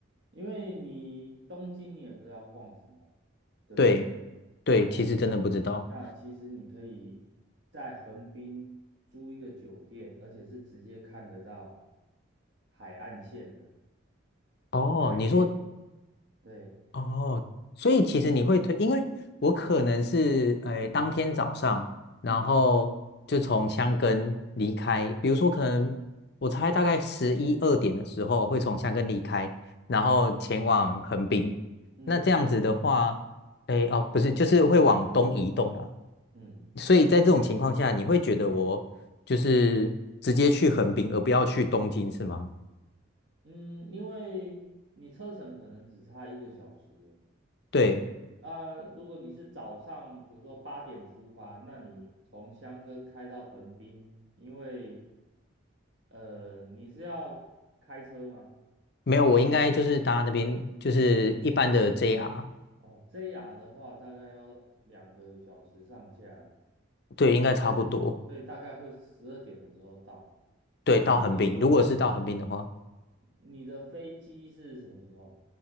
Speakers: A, on the right (about 60°); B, on the left (about 50°).
A: 因为你东京你也不知道逛什么，对不对？
B: 对对，
A: 对啊，
B: 其实真的不知道。
A: 那其实你可以在横滨租一个酒店，而且是直接看得到海岸线的，
B: 哦，
A: 啊，看夜景。
B: 你说
A: 对，
B: 哦，所以其实你会推，因为我可能是诶、呃当天早上，然后就从箱根离开，
A: 嗯
B: 比如说可能我猜大概十一二点的时候会从箱根离开，然后前往横滨。
A: 嗯
B: 那这样子的话，诶、哦不是，就是会往东移动了。
A: 嗯
B: 所以在这种情况下，你会觉得我就是直接去横滨，而不要去东京，是吗？
A: 嗯，因为你车程可能只差一个小时，
B: 对，
A: 啊，如果你是早上，比如说八点出发，那你从箱根开到横滨，因为呃你是要开车吗？
B: 没有，我应该就是搭那边就是一般的 JR，
A: 哦，JR 的话大概要两个小时上下
B: 对，应该差不多。
A: 对，所以大概会十二点的时候到。
B: 对，到横滨，
A: 就等于说
B: 如果是到横滨的话，
A: 你的飞机是什么时候？